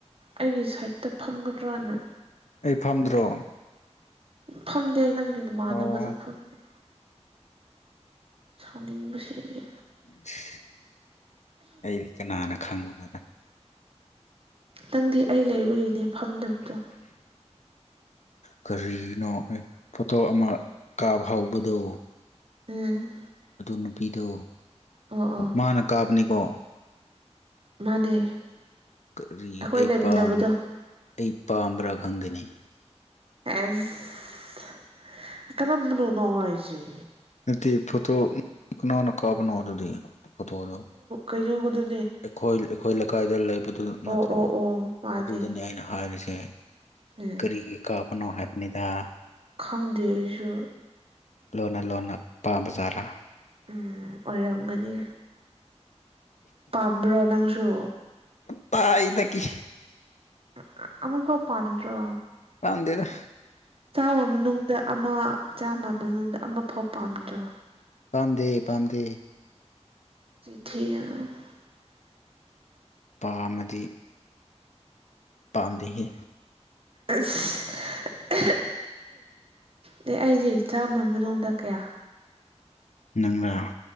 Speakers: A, on the right (about 50°); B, on the left (about 80°).
A: ꯑꯩꯒꯤ ꯁꯥꯏꯠꯇ ꯐꯝꯒꯗ꯭ꯔꯥꯅ
B: ꯑꯩ ꯐꯝꯗ꯭ꯔꯣ
A: ꯐꯝꯗꯦ ꯅꯪꯒꯤ ꯅꯃꯥꯟꯅꯕꯗꯨ
B: ꯑꯣ
A: ꯐꯉꯤ ꯁꯥꯎꯅꯤꯡꯕꯁꯦ ꯑꯩꯗꯤ
B: ꯏꯁ ꯑꯩꯗꯤ ꯀꯅꯥꯅ ꯈꯪꯕꯨꯅꯣꯗ
A: ꯅꯪꯗꯤ ꯑꯩ ꯂꯩꯔꯨꯒꯤꯅꯦ ꯐꯝꯗꯕꯗꯣ
B: ꯀꯔꯤꯅꯣ ꯑꯩ ꯄꯣꯇꯣ ꯑꯃ ꯀꯥꯕ ꯍꯧꯕꯗꯣ
A: ꯎꯝ
B: ꯑꯗꯨ ꯅꯨꯄꯤꯗꯣ
A: ꯑꯣ ꯑꯣ
B: ꯃꯥꯅ ꯀꯥꯞꯕꯅꯤꯀꯣ
A: ꯃꯥꯅꯦ
B: ꯀꯔꯤ
A: ꯑꯩꯈꯣꯏ
B: ꯑꯩ
A: ꯂꯩꯃꯤꯟꯅꯕꯗꯣ
B: ꯄꯥꯝ ꯑꯩ ꯄꯥꯝꯕ꯭ꯔꯥ ꯈꯪꯗꯦꯅꯦ
A: ꯑꯦꯁ ꯀꯔꯝꯕꯅꯣ ꯂꯧ ꯍꯥꯏꯁꯦ
B: ꯅꯠꯇꯦ ꯐꯣꯇꯣ ꯀꯅꯥꯅ ꯀꯥꯕꯅ ꯑꯗꯨꯗꯤ ꯐꯣꯇꯣꯇꯣ ꯑꯗꯨꯗꯤ ꯐꯣꯇꯣ
A: ꯍꯩꯅꯤꯪꯂꯣꯠꯇꯣ
B: ꯑꯩꯈꯣꯏ ꯑꯩꯈꯣꯏ ꯂꯩꯀꯥꯏꯗ ꯂꯩꯕꯗꯨ
A: ꯑꯣ
B: ꯅꯠꯇ꯭ꯔꯣ
A: ꯑꯣ ꯑꯣ ꯃꯥꯅꯦ
B: ꯑꯗꯨꯗꯅꯤ ꯑꯩꯅ ꯍꯥꯏꯔꯤꯁꯦ
A: ꯎꯝ
B: ꯀꯔꯤꯒꯤ ꯀꯥꯄꯅꯣ ꯍꯥꯏꯕꯅꯤꯗ
A: ꯈꯪꯗꯦ ꯑꯩꯁꯨ
B: ꯂꯣꯟꯅ ꯂꯣꯟꯅ ꯄꯥꯝꯕ ꯖꯥꯔꯥ
A: ꯎꯝ ꯑꯣꯏꯔꯝꯒꯅꯤ ꯄꯥꯝꯕ꯭ꯔꯅꯥꯥꯡꯁꯨ
B: ꯇꯥꯏ ꯑꯩꯅꯥ ꯒꯤ
A: ꯑꯥ ꯑꯥ ꯑꯥ ꯑꯃꯐꯥꯑꯣ ꯄꯥꯟꯗ꯭ꯔ
B: ꯂꯝꯗꯦꯗꯥ
A: ꯆꯥꯝꯃ ꯃꯅꯨꯡꯗ ꯑꯃ ꯆꯥꯝꯃ ꯃꯅꯨꯡꯗ ꯑꯃ ꯐꯥꯎ ꯄꯥꯝꯗ꯭ꯔꯣ
B: ꯄꯥꯝꯗꯦ ꯄꯥꯝꯗꯦ
A: <unintelligible>
B: ꯄꯥꯝꯃꯗꯤ ꯄꯥꯟꯗꯦ ꯍꯦ
A: ꯏꯁ ꯍꯦ ꯍꯦ ꯍꯦꯛ ꯑꯦ ꯑꯩꯗꯤ ꯆꯥꯝꯃ ꯃꯅꯨꯡꯗ ꯀꯌꯥ
B: ꯅꯪꯔ